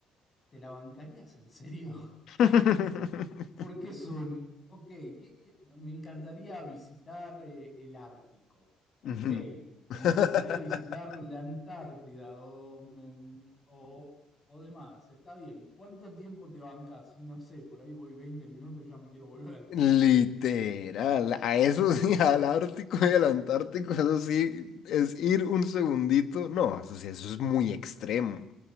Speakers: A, on the left; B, on the left.
A: ¿te la bancarías en serio? <laughs>
B: <laughs>
A: Porque es un, ok, ¿qué- qué- me encantaría visitar eh, el Ártico, ok,
B: Ujú.
A: me
B: <laughs>
A: encantaría visitar la Antártida o, mm, o, o demás, está bien, ¿cuánto tiempo te bancas? Si no sé, por ahí voy 20 minutos y ya me quiero volver.
B: Literal, a eso sí, <laughs> al Ártico y al Antártico, eso sí, es ir un segundito. No, eso sí, eso es muy extremo,